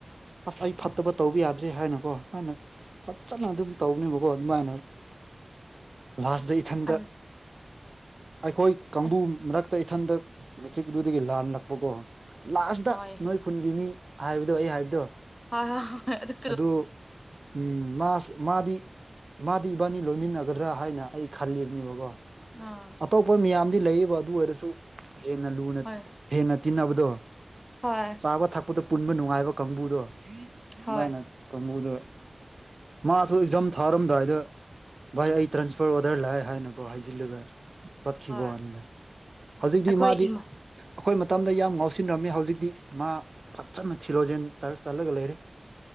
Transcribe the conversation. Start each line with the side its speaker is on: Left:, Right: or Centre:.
Right: ꯑꯁ ꯑꯩ ꯐꯠꯇꯕ ꯇꯧꯕ ꯌꯥꯗ꯭ꯔꯦ ꯍꯥꯏꯅꯀꯣ ꯑꯗꯨꯃꯥꯏꯅ ꯐꯖꯅ ꯑꯗꯨꯝ ꯇꯧꯅꯦꯕꯀꯣ ꯑꯗꯨꯃꯥꯏꯅ ꯂꯥꯁꯇ ꯏꯊꯟꯗ
Centre: ꯑꯗꯨ
Right: ꯑꯩꯈꯣꯏ ꯀꯥꯡꯕꯨ
Centre: ꯍꯣꯏ
Right: ꯃꯔꯛ ꯇꯩꯊꯟꯗ ꯃꯦꯇ꯭ꯔꯤꯛ ꯑꯗꯨꯗꯒꯤ ꯂꯥꯜꯂꯛꯄꯀꯣ ꯂꯥꯁꯗ
Centre: ꯍꯣꯏ
Right: ꯅꯣꯏ ꯈꯨꯟꯒꯤ ꯃꯤ ꯍꯥꯏꯕꯗꯣ ꯑꯩ ꯍꯥꯏꯕꯗꯣ
Centre: ꯑ ꯍ‌ꯣꯏ
Right: ꯑꯗꯨ ꯎꯝ ꯃꯥꯁꯨ ꯃꯥꯗꯤ ꯃꯥꯗꯤ ꯏꯕꯥꯅꯤ ꯂꯣꯏꯃꯤꯟꯅꯒꯗ꯭ꯔꯥ ꯍꯥꯏꯅ ꯑꯩ ꯈꯜꯂꯤꯕꯅꯦꯕꯀꯣ
Centre: ꯑꯥ
Right: ꯇꯣꯞꯄ ꯃꯤꯌꯥꯝꯗꯤ ꯂꯩꯕ ꯑꯗꯨ ꯑꯣꯏꯔꯁꯨ ꯍꯦꯟꯅ ꯂꯨꯅ
Centre: ꯍꯣꯏ
Right: ꯍꯦꯟꯅ ꯇꯤꯟꯅꯕꯗꯣ
Centre: ꯍꯣꯏ
Right: ꯆꯥꯕ ꯊꯛꯄꯗ ꯄꯨꯟꯕ ꯅꯨꯡꯉꯥꯏꯕ ꯀꯥꯡꯕꯨꯗꯣ
Centre: ꯍꯣꯏ
Right: ꯑꯃꯥꯏꯅ ꯀꯥꯡꯕꯨꯗꯣ ꯃꯥꯁꯨ ꯑꯦꯛꯖꯥꯝ ꯊꯥꯔꯝꯗꯥꯏꯗ ꯚꯥꯏ ꯑꯩ ꯇ꯭ꯔꯥꯟꯁꯐꯔ ꯑꯣꯔꯗꯔ ꯂꯥꯛꯑꯦ ꯍꯥꯏꯅꯀꯣ ꯍꯥꯏꯖꯤꯜꯂꯒ ꯆꯠꯈꯤꯕꯋꯥꯅꯤꯗ
Centre: ꯍꯣꯏ
Right: ꯍꯧꯖꯤꯛꯇꯤ
Centre: ꯑꯩꯈꯣꯏ
Right: ꯃꯥꯗꯤ
Centre: ꯏꯃꯥ
Right: ꯑꯈꯣꯏ ꯃꯇꯝꯗ ꯌꯥꯝ ꯉꯥꯎꯁꯤꯟꯅꯔꯝꯃꯤ ꯍꯧꯖꯤꯛꯇꯤ ꯃꯥ ꯐꯖꯅ ꯊꯤꯔꯣꯖꯦꯟ ꯇꯔ ꯆꯠꯂꯒ ꯂꯩꯔꯦ